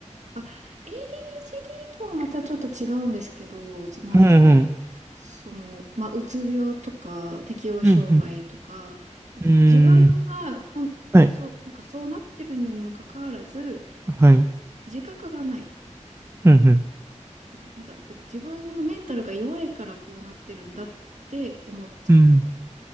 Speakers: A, on the right; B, on the right.
A: あ、ADHD とはまたちょっと違うんですけど、そなんて言うんだろう。
B: うん。うん。
A: その、まあ、うつ病とか、適応障害とか、
B: うん。
A: なんか自分がほん、
B: うん。うんはい。
A: そう、なんかそうなってるのにもかかわらず、
B: はい。
A: 自覚がない。
B: うん。
A: うん、なんか、だから自分のメンタルが弱いからこうなってるんだって思っちゃってた。
B: うん。